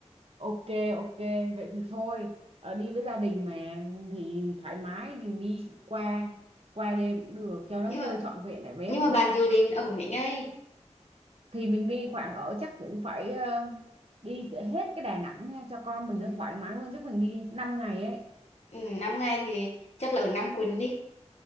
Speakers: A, on the right; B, on the left.
A: ok ok vậy thì thôi ờ, đi với gia đình mà thì thoải mái mình đi qua qua đêm cũng được cho nó
B: nhưng mà
A: chơi trọn vẹn tại vé
B: nhưng
A: cũng
B: mà bạn
A: đắt
B: dự định ở mấy ngày
A: thì mình đi khoảng ở chắc cũng phải ờ, đi hết cái Đà Nẵng nha cho con mình
B: ừ.
A: nó thoải mái luôn chắc mình đi 5 ngày ấy
B: Ừ, 5 ngày thì chắc là ở năm quần đi